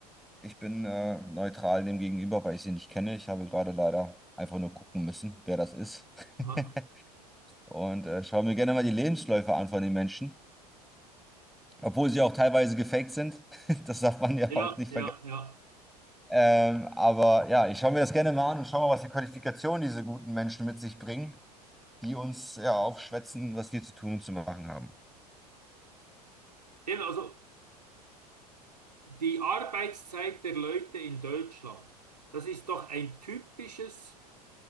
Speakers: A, in the centre; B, on the right.
A: ich bin äh, neutral dem gegenüber, weil ich sie nicht kenne. Ich habe gerade leider einfach nur gucken müssen, wer das ist. <laughs>
B: Aha.
A: Und äh, schaue mir gerne mal die Lebensläufe an von den Menschen. Obwohl sie auch teilweise gefaked sind. <laughs> Das darf man ja
B: Ja,
A: auch nicht
B: ja,
A: vergessen.
B: ja.
A: Ähm, aber ja, ich schaue mir das gerne mal an und schaue mal, was die Qualifikationen diese guten Menschen mit sich bringen, die uns ja aufschwätzen, was wir zu tun und zu machen haben.
B: Eben, also die Arbeitszeit der Leute in Deutschland, das ist doch ein typisches